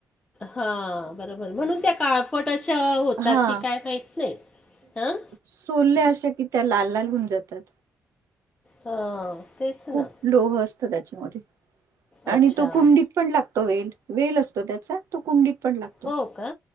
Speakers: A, on the left; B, on the right.
A: हा बरोबर म्हणून त्या काळ पट अशा होतात
B: हा
A: की काय माहीत नाही हं
B: सोोलल्या अशा की त्या लाल लाल होऊन जातात
A: हां तेच ना
B: खूप लोह असत त्याच्यामध्ये आणि
A: अच्छा
B: तो कुंडी पण लागतो वेल वेल असतो त्याचा तो कुंडीत पण लागतो
A: हो का